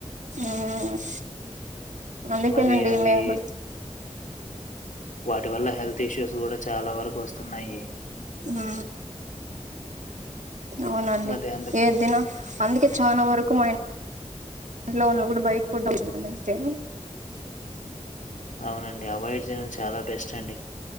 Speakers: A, on the right; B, on the left.
A: ఉమ్ అందుకేనండి
B: మరి అవి
A: మేము కూడా
B: వాటి వల్ల హెల్త్ ఇష్యూస్ కూడా చాలా వరకు వాస్త్ స్తున్నాయి
A: ఆ అవునండి
B: మరి అందుకు
A: ఏ దిన అందుకే చానా వరకు కుమైనా ఇంట్లో ఉన్న కూడా బయట ఫుడ్ అన్నాయితే
B: అవునండి అవాయిడ్ చేయడం చాలా బెస్ట్ అండి